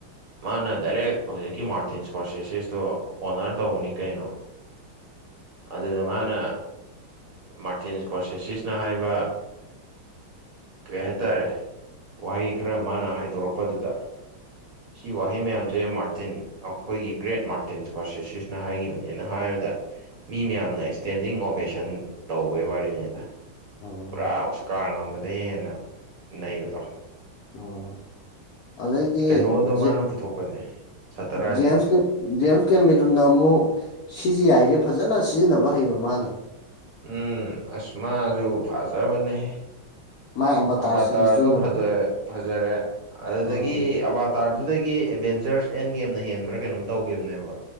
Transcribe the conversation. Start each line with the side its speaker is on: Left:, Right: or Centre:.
Right: ꯃꯥꯅ ꯗꯥꯏꯔꯦꯛ ꯍꯧꯖꯤꯛꯀꯤ ꯃꯥꯔ ꯇꯤꯟꯁꯀꯣꯔꯁꯦꯁꯤꯁꯇꯣ ꯑꯣꯅꯔ ꯇꯧꯕꯅꯤ ꯀꯩꯅꯣ ꯑꯗꯨꯗ ꯃꯥꯅ ꯃꯥꯔꯇꯤꯟ ꯏꯁꯀꯣꯔꯁꯦꯁꯤꯁꯅ ꯍꯥꯏꯕ ꯀꯩ ꯍꯥꯏꯇꯥꯔꯦ ꯋꯥꯍꯩ ꯈꯔ ꯃꯥꯅ ꯍꯥꯏꯗꯣꯔꯛꯄ ꯑꯗꯨꯗ ꯁꯤ ꯋꯥꯍꯩ ꯃꯌꯥꯝꯖꯦ ꯃꯥꯔꯇꯤꯟ ꯑꯈꯣꯏꯒꯤ ꯒ꯭ꯔꯦꯠ ꯃꯥꯔꯇꯤꯟ ꯏꯁꯀꯣꯔꯁꯦꯁꯤꯁꯅ ꯍꯥꯏꯒꯤꯕꯅꯦꯅ ꯍꯥꯏꯕꯗ ꯃꯤ ꯃꯌꯥꯝꯅ ꯏꯁꯇꯦꯟꯗꯤꯡ ꯑꯣꯕꯦꯁꯟ ꯇꯧꯕꯩ ꯋꯥꯔꯤꯅꯤꯗ
Left: ꯎꯝ
Right: ꯄꯨꯔꯥ ꯑꯣꯁꯀꯥꯔ ꯉꯝꯃꯗꯩ ꯍꯦꯟꯅ ꯅꯩꯕꯗꯣ
Left: ꯎꯝ ꯑꯗꯩꯗꯤ
Right: ꯀꯩꯅꯣꯗꯣ
Left: ꯖꯦ
Right: ꯃꯥꯅ ꯄꯨꯊꯣꯛꯄꯅꯦ ꯁꯇꯔ ꯑꯥꯏꯂꯦꯟꯒꯗꯣ
Left: ꯖꯦꯝꯁ ꯀ꯭ꯂꯤꯞ ꯖꯦꯝꯁ ꯀꯦꯃꯦꯔꯨꯟꯅ ꯑꯃꯨꯛ ꯁꯤ ꯖꯤ ꯑꯥꯏꯖꯦ ꯐꯖꯅ ꯁꯤꯖꯤꯟꯅꯕ ꯍꯩꯕ ꯃꯥꯅ
Right: ꯎꯝ ꯑꯁ ꯃꯥꯖꯨ ꯐꯥꯖꯕꯅꯦꯍꯦ
Left: ꯃꯥꯏ ꯑꯕꯇꯥꯔ
Right: ꯑꯕꯥꯇꯥꯔꯗꯣ
Left: ꯁꯤꯔꯤꯁꯇꯨ ꯌꯦꯡꯉꯣ
Right: ꯐꯗꯣꯛꯑꯦ ꯐꯖꯔꯦ ꯑꯗꯨꯗꯒꯤ
Left: ꯎꯝ
Right: ꯑꯕꯥꯠ ꯇꯥꯔꯗꯨꯗꯒꯤ ꯑꯦꯗꯚꯦꯟꯆꯔꯁ ꯑꯦꯟ ꯒꯦꯝꯅ ꯍꯦꯟꯕ꯭ꯔꯥ ꯀꯩꯅꯣꯝ ꯇꯧꯒꯤꯕꯅꯦꯕ